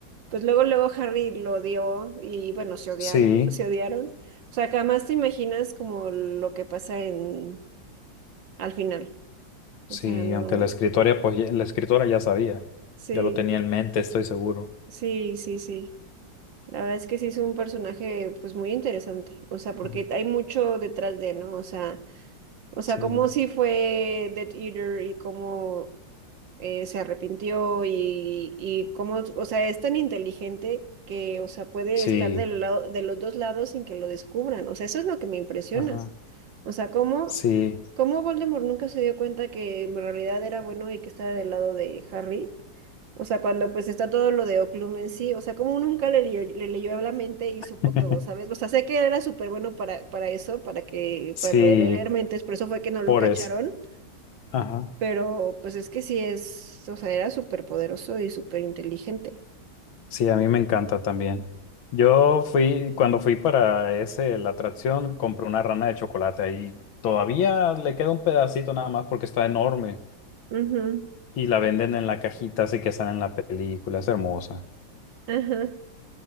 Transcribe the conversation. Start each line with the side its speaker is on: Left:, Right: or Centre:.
Right: pues luego, luego Harry lo odió y bueno, se odiaron,
Left: Sí,
Right: se odiaron. O sea, jamás te imaginas como lo que pasa en, al final.
Left: sí,
Right: O sea, no,
Left: aunque la escritora, pues ya- la escritora ya sabía,
Right: sí,
Left: ya lo tenía en mente, estoy seguro.
Right: sí, sí, sí. La verdad es que sí es un personaje, pues muy interesante. O sea, porque
Left: Ajá.
Right: hay mucho detrás de, ¿no? O sea, o
Left: Sí,
Right: sea, cómo sí fue Death Eater y cómo eh, se arrepintió y, y cómo, o sea, es tan inteligente que, o sea, puede
Left: sí,
Right: estar del lado, de los dos lados sin que lo descubran. O sea, eso es lo que me impresiona.
Left: ajá,
Right: O sea, cómo,
Left: sí,
Right: cómo Voldemort nunca se dio cuenta que en realidad era bueno y que estaba del lado de Harry. O sea, cuando pues está todo lo de Oclum en sí, o sea, como nunca le, leyó- le leyó la mente y
Left: <laughs>
Right: supo todo, ¿sabes? O sea, sé que era súper bueno para, para eso, para que,
Left: sí,
Right: para lo de leer mentes, por eso fue que no lo
Left: por
Right: cacharon,
Left: eso. Ajá.
Right: pero pues es que sí es, o sea, era súper poderoso y súper inteligente.
Left: Sí, a mí me encanta también. Yo fui, cuando fui para ese, la atracción, compré una rana de chocolate y todavía le queda un pedacito nada más porque está enorme
Right: Ujú,
Left: y la venden en la cajita, así que sale en la película, es hermosa
Right: Ajá.